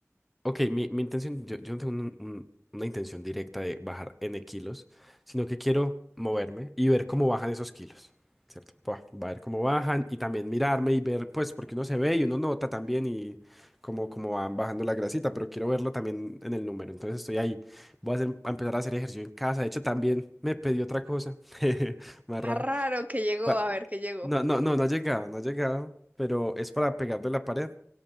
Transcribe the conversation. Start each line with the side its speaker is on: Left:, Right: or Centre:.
Centre: Ok, mi, mi intención, yo, yo no tengo un- un- una intención directa de bajar N kilos, sino que quiero moverme y ver cómo bajan esos kilos, ¿cierto? Pa, va a ver cómo bajan y también mirarme y ver, pues, porque uno se ve y uno nota también y cómo, cómo van bajando la grasita, pero quiero verlo también en el número, entonces estoy ahí. Voy a, hacer, a empezar a hacer ejercicio en casa, de hecho también me pedí otra cosa, <laughs> más
Right: Más
Centre: rara.
Right: raro que llegó,
Centre: Pa-
Right: a ver qué llegó.
Centre: No, no, no, no ha llegado, no ha llegado, pero es para pegarle a la pared